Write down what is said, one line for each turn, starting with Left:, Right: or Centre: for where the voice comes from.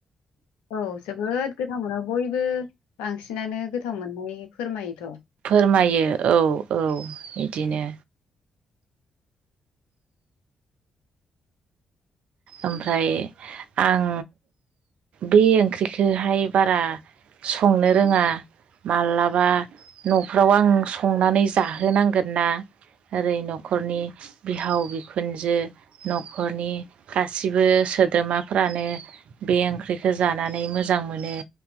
Left: औ जोबोद गोथाव मोनो बयबो बांसिनानो गोथाव मोननाय फोरमायोथ'
Right: फोरमायो औ औ बिदिनो ओमफ्राय आं बे ओंख्रिखौहाय बारा संनो रोङा। मालाबा न'फ्राव आं संनानै जाहोनांगोन ना ओरै न'खरनि बिहाव बिखुनजो न'खरनि गासिबो सोद्रोमाफ्रानो बे ओंख्रिखौ जानानै मोजां मोनो